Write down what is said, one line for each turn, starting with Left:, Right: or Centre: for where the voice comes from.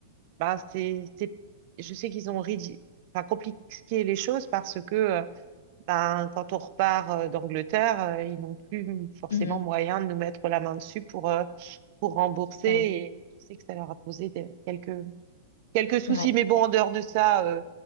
Right: bah, c'est, c'est- je sais qu'ils ont ridi- enfin, compliqué les choses parce que euh, ben, quand on repart euh, d'Angleterre, euh, ils n'ont plus forcément
Left: Mhm.
Right: moyen de nous mettre la main dessus pour, euh, pour rembourser.
Left: Ouais,
Right: Et je sais que ça leur a posé des- quelques, quelques soucis.
Left: ouais,
Right: Mais bon, en dehors de ça, euh,